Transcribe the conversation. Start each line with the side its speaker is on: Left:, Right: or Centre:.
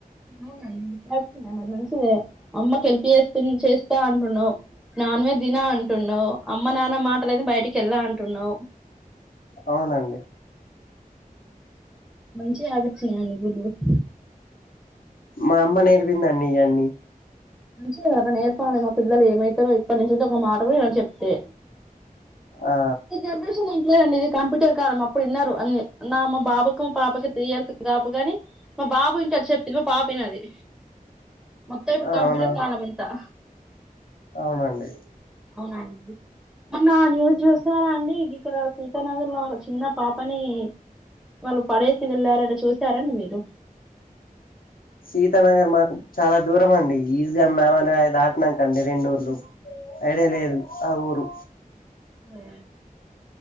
Centre: అవునండి <unintelligible> అమ్మకి హెల్ప్ <unintelligible> చేస్తా అంటునావ్ నాన్ వెజ్ దిన అంటునావ్ అమ్మ నాన్న మాటలేని బయటికి వెళ్ళా అంటున్నావు
Left: అవునండి
Centre: మంచి హ్యాబిట్స్ ఉనాయ్ అండి గుడ్ గుడ్
Left: మా అమ్మ నేర్పింది అన్నీ ఈయన్ని
Centre: నుంచి అడ నేర్పాలి గా పిల్లలు ఏమైతారో ఇప్పటి నుంచి అయితే ఒక మాట కూడ వినరు చెప్తే
Left: ఆ
Centre: ఈ జనరషన్ లేదండి ఇది కంప్యూటర్ కాలం అప్పుడు విన్నారు అన్ని నా మా బాబుకు మా పాపకు త్రీ ఇయర్స్ కాపు కాగాని మా బాబు వింటారు చెప్పింది మా పాపనది మత్త ఇరు కంప్యూటర్
Left: అవునా
Centre: కాలం అంతా
Left: అవునండి
Centre: అవునా అండి మొన్న న్యూ జ్యూస్ సారా అండి ఇక్కడ త్త నగర్లో చిన్న పాపని వాళ్ళ పడేసి వెళ్లారంట చూసారండి మీరు
Left: సీతా నగర్ మాకు చాలా దూరం అండి ఈజీగామ్ మమని దాటినాకండి రెండు ఊర్లు ఐడియా లేదు ఆ ఊరు
Centre: ఆ